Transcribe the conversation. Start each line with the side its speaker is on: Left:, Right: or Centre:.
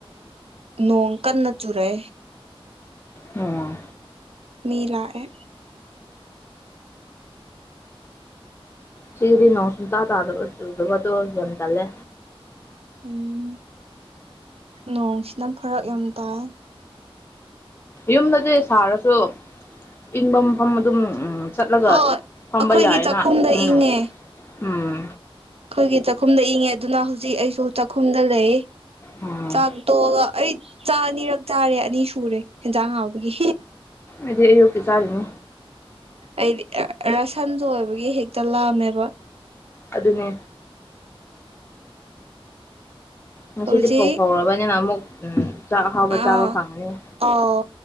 Right: ꯅꯣꯡ ꯀꯟꯅ ꯆꯨꯔꯦ
Left: ꯑꯣ
Right: ꯃꯤ ꯂꯥꯛꯑꯦ
Left: ꯁꯤꯒꯤꯗꯤ ꯅꯣꯡ ꯁꯨꯡꯇꯥ ꯇꯥꯗꯕ ꯆꯨꯗꯕꯗꯣ ꯌꯥꯝ ꯇꯜꯂꯦ
Right: ꯎꯝ ꯅꯣꯡꯁꯤꯅ ꯐꯔꯛ ꯌꯥꯝ ꯇꯥꯏ
Left: ꯌꯨꯝꯗꯗꯤ ꯁꯥꯔꯁꯨ ꯏꯪꯕ ꯃꯐꯝ ꯑꯗꯨꯝꯝ ꯆꯠꯂꯒ
Right: ꯍꯣꯏ
Left: ꯐꯝꯕ
Right: ꯑꯩꯈꯣꯏꯒꯤ
Left: ꯌꯥꯏꯅ
Right: ꯆꯥꯛꯈꯨꯝꯗ ꯏꯪꯉꯦ
Left: ꯎꯝ ꯎꯝ
Right: ꯑꯩꯈꯣꯏꯒꯤ ꯆꯥꯛꯈꯨꯝꯗ ꯏꯪꯉꯦ ꯑꯗꯨꯅ ꯍꯧꯖꯤꯛ ꯑꯩꯁꯨ ꯆꯥꯛꯈꯨꯝꯗ ꯂꯩ
Left: ꯑꯥ
Right: ꯆꯥꯛ ꯇꯣꯛꯑꯒ ꯑꯩ ꯆꯥ ꯑꯅꯤꯔꯛ ꯆꯥꯔꯦ ꯑꯅꯤ ꯁꯨꯔꯦ ꯌꯦꯟꯖꯥꯡ ꯍꯥꯎꯕꯒꯤ
Left: ꯑꯗꯨ ꯑꯣꯀꯦ ꯆꯔꯅ
Right: ꯑꯩꯗꯤ ꯔꯁꯟꯗꯣ ꯑꯣꯏꯕꯒꯤ ꯍꯦꯛꯇ ꯂꯥꯛꯑꯝꯃꯦꯕ
Left: ꯑꯗꯨ ꯑꯗꯨꯅꯦ ꯉꯁꯤꯗꯤ
Right: ꯍꯧꯖꯤꯛ
Left: ꯐꯧ ꯐꯧꯔꯕꯅꯤꯅ ꯑꯃꯨꯛ ꯆꯥꯛ ꯑꯍꯥꯎꯕ
Right: ꯑꯥ
Left: ꯆꯥꯕ ꯐꯪꯉꯅꯤ
Right: ꯑꯥꯎ